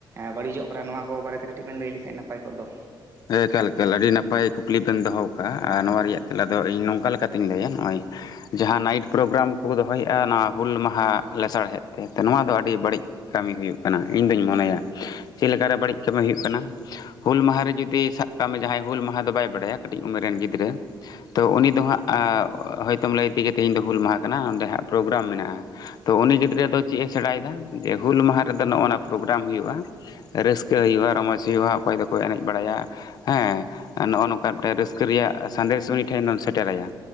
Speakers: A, on the right (about 35°); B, on the left (about 55°).
A: ᱵᱟᱹᱲᱤᱡᱚᱜ ᱠᱟᱱᱟ ᱱᱚᱣᱟ ᱠᱚ ᱵᱟᱨᱮᱛᱮ ᱠᱟᱹᱴᱤᱡ ᱵᱮᱱ ᱞᱟᱹᱭ ᱞᱮᱠᱷᱟᱱᱡ ᱱᱟᱯᱟᱭ ᱠᱚᱜ ᱫᱚ᱾
B: ᱮ ᱮᱠᱟᱞ ᱮᱠᱟᱞ ᱟᱹᱰᱤ ᱱᱟᱯᱟᱭ ᱠᱩᱠᱞᱤ ᱵᱮᱱ ᱫᱚᱦᱚ ᱟᱠᱟᱫᱼᱟ᱾ ᱟᱨ ᱱᱚᱣᱟ ᱨᱮᱭᱟᱜ ᱛᱮᱞᱟ ᱫᱚ ᱤᱧ ᱱᱚᱝᱠᱟ ᱞᱮᱠᱟᱛᱮ ᱞᱟᱹᱭᱟ ᱱᱚᱜᱼᱚᱭ ᱡᱟᱦᱟᱸ ᱱᱟᱭᱤᱴ ᱯᱨᱳᱜᱨᱟᱢ ᱠᱚ ᱫᱚᱦᱚᱭᱮᱫᱼᱟ ᱱᱚᱣᱟ ᱦᱩᱞ ᱢᱟᱦᱟ ᱞᱮᱥᱟᱲ ᱦᱮᱫ ᱛᱮ ᱱᱚᱣᱟ ᱫᱚ ᱟᱹᱰᱤ ᱵᱟᱹᱲᱤᱡ ᱠᱟᱹᱢᱤ ᱦᱩᱭᱩᱜ ᱠᱟᱱᱟ ᱤᱧ ᱫᱩᱧ ᱢᱚᱱᱮᱭᱟ ᱪᱮᱫᱠᱟᱨᱮ ᱵᱟᱹᱲᱤᱡ ᱠᱟᱹᱢᱤ ᱦᱩᱭᱩᱜ ᱠᱟᱱᱟ ᱦᱩᱞ ᱢᱟᱦᱟ ᱨᱮ ᱡᱩᱫᱤ ᱛᱤ ᱥᱟᱵ ᱠᱟᱜ ᱢᱮ ᱡᱟᱦᱟᱸᱭ ᱦᱩᱞ ᱢᱟᱦᱟ ᱫᱚ ᱵᱟᱭ ᱵᱟᱲᱟᱭᱟ ᱠᱟᱹᱴᱤᱡ ᱩᱢᱮᱨ ᱨᱮᱱ ᱜᱤᱫᱽᱨᱟᱹ ᱛᱚ ᱩᱱᱤ ᱫᱚ ᱦᱟᱸᱜ ᱦᱚᱭᱛᱳᱚᱢ ᱞᱟᱹᱭ ᱛᱮᱜᱮ ᱛᱮᱤᱦᱤᱧ ᱫᱚ ᱦᱩᱞ ᱢᱟᱦᱟ ᱠᱟᱱᱟ ᱚᱸᱰᱮ ᱦᱟᱸᱜ ᱯᱨᱳᱜᱨᱟᱢ ᱢᱮᱱᱟᱜᱼᱟ᱾ ᱛᱩ ᱩᱱᱤ ᱜᱤᱫᱽᱨᱟᱹ ᱫᱚ ᱪᱮᱫᱼ ᱮ ᱥᱮᱬᱟᱭᱮᱫᱟ ᱡᱮ ᱦᱩᱞ ᱢᱟᱦᱟ ᱨᱮᱫᱚ ᱱᱚᱜᱼ ᱱᱚᱣᱟ ᱯᱨᱳᱜᱨᱟᱢ ᱦᱩᱭᱩᱜᱼᱟ᱾ ᱨᱟᱹᱥᱠᱟᱹ ᱦᱩᱭᱩᱜᱼᱟ ᱨᱚᱢᱚᱡᱽ ᱦᱩᱭᱩᱜᱼᱟ ᱚᱠᱚᱭ ᱫᱚᱠᱚ ᱮᱱᱮᱡ ᱵᱟᱲᱟᱭᱟ᱾ ᱦᱮᱸ ᱱᱚᱜᱼᱚ ᱱᱚᱝᱠᱟ ᱢᱤᱫᱴᱮᱱ ᱨᱟᱹᱥᱠᱟᱹ ᱨᱮᱭᱟᱜ ᱥᱟᱸᱫᱮᱥ ᱩᱱᱤ ᱴᱷᱮᱱ ᱫᱚᱢ ᱥᱮᱴᱮᱨ ᱟᱭᱟ᱾